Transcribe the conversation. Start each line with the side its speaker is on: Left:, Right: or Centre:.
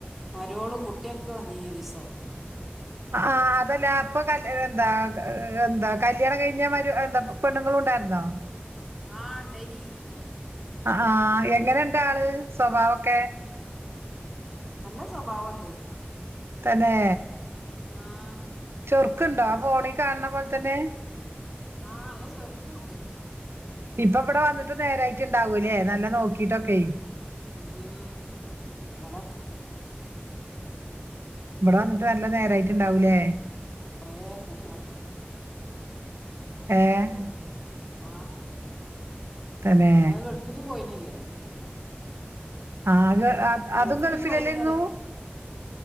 Centre: മരോളും കുട്ട്യൊക്കെ വന്നീന്യൊരീസം.
Right: അ ആഹ് അതല്ല അപ്പ കല് എന്താ എന്താ കല്യാണം കയ്ഞ്ഞ മര് എന്താ പെണ്ണുങ്ങളും ണ്ടായിര്ന്നോ?
Centre: ആഹ് ണ്ടെയിനി.
Right: അഹാ എങ്ങനെണ്ടാള് സ്വഭാവൊക്കെ?
Centre: നല്ല സ്വഭാവണ്ട്.
Right: തന്നെ.
Centre: ആഹ്.
Right: ചൊർക്ക്ണ്ടോ ആ ഫോണി കാൺണ പോൽ തന്നെ.
Centre: ആഹ് നല്ല ചെർക്കുണ്ട്.
Right: ഇപ്പ വട വന്ന്ട്ട് നേരായ്റ്റ്ണ്ടാവുലെ നല്ല നോക്കിട്ടൊക്കെയ്.
Centre: ഉം ബടെ തെ
Right: ബടെ വന്ന്ട്ട് നല്ല നേരായിറ്റ്ണ്ടാവൂലേ.
Centre: കുറേ കൂപ്പാട്ട്ണ്.
Right: ഏഹ്.
Centre: ആഹ്
Right: തന്നെ
Centre: ന്നഹ് ഗൾഫിലും പോയ്ന്യല്ലേ.
Right: ആക അ അതും
Centre: ഗൾഫിലും
Right: ഗൾഫിലല്ലേര്ന്നു.
Centre: പോയിനി അറിയ